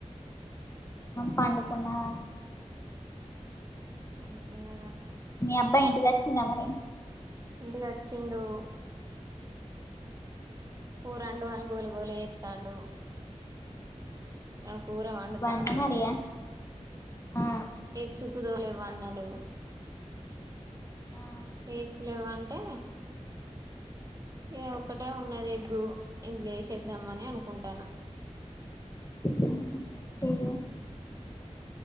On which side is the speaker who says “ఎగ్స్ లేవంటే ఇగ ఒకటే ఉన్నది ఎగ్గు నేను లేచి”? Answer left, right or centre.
Right